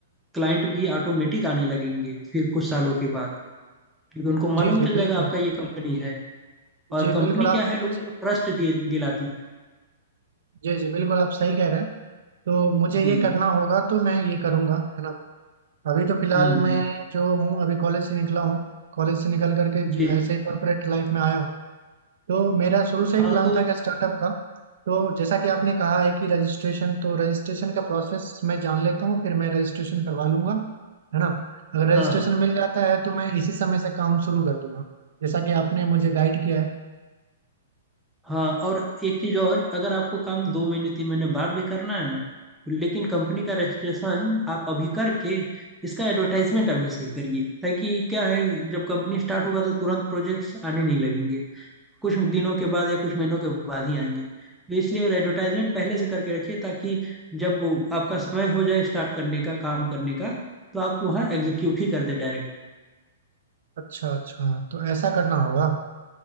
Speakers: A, in the centre; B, on the right.
A: क्लाइंट भी ऑटोमेटिक आने लगेंगे फिर कुछ सालों के बाद क्योंकि उनको मालूम
B: जी जी
A: चल
B: बिल्कुल
A: जाएगा आपका ये कंपनी है और
B: जी
A: कंपनी
B: बिल्कुल आप
A: क्या है लोगों
B: जी
A: को ट्रस्ट दिलाती है
B: जी जी, बिल्कुल आप सही कह रहे हैं तो मुझे
A: जी
B: ये
A: जी
B: करना होगा तो मैं ये करूंगा है ना अभी तो फिलहाल
A: हम्म हम्म
B: मैं जो हूँ अभी कॉलेज से निकला हूँ कॉलेज से निकल करके ज-
A: जी
B: ऐसे ही कॉर्पोरेट लाइफ में आया हूँ तो मेरा शुरू से
A: हाँ
B: ही प्लान
A: तो
B: था कि स्टार्टअप का तो जैसा कि आपने कहा है कि रजिस्ट्रेशन तो रजिस्ट्रेशन का प्रोसेस मैं जान लेता हूँ फिर मैं रजिस्ट्रेशन करवा लूंगा है ना अगर
A: हाँ
B: रजिस्ट्रेशन
A: हाँ
B: मिल जाता है तो मैं इसी समय से काम शुरू कर दूंगा जैसा कि आपने मुझे गाइड किया है
A: हाँ और एक चीज और अगर आपको काम दो महीने तीन महीने बाद भी करना है ना लेकिन कंपनी का रजिस्ट्रेशन आप अभी करके इसका एडवर्टाइजमेंट अभी से ही करिए ताकि क्या है जब कंपनी स्टार्ट होगा तो तुरंत प्रोजेक्ट्स आने नहीं लगेंगे कुछ दिनों के बाद या कुछ महीनों के बाद ही आएंगे तो इसलिए एडवर्टाइजमेंट पहले से करके रखिए ताकि जब वो आपका समय हो जाए स्टार्ट करने का काम करने का तो आप वहाँ एग्जीक्यूट ही कर दे डायरेक्ट
B: अच्छा अच्छा तो ऐसा करना होगा